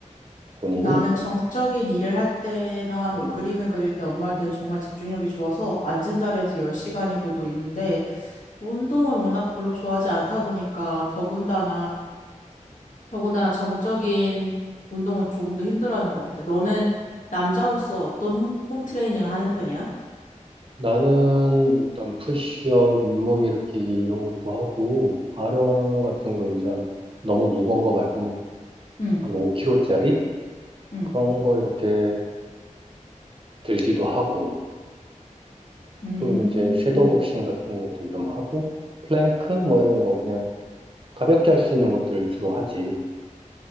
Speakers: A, on the right; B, on the left.
A: 본인이?
B: 나는 정적인 일을 할 때나
A: 음.
B: 뭐 그림을 그릴 때 엄마 할 때는 정말 집중력이 좋아서 앉은 자리에서 10시간이고도 있는데 운동을 워낙 별로 좋아하지 않다 보니까 더군다나 더군다나 정적인 운동은 조금 더 힘들어하는 것 같아. 너는 남자로서 어떤 홈, 홈 트레이닝을 하는 편이야?
A: 나는 일단 푸시업, 윗몸 일으키기 이런 것도 하고, 아령 같은 거 이제 한- 너무 무거운 거 말고
B: 응.
A: 한 5kg짜리?
B: 응.
A: 그런 거 이렇게 들기도 하고,
B: 음,
A: 또 이제 섀도우 복싱 같은 것도 좀 하고, 플랭크 뭐 이런 거 그냥 가볍게 할 수 있는 것들 주로 하지.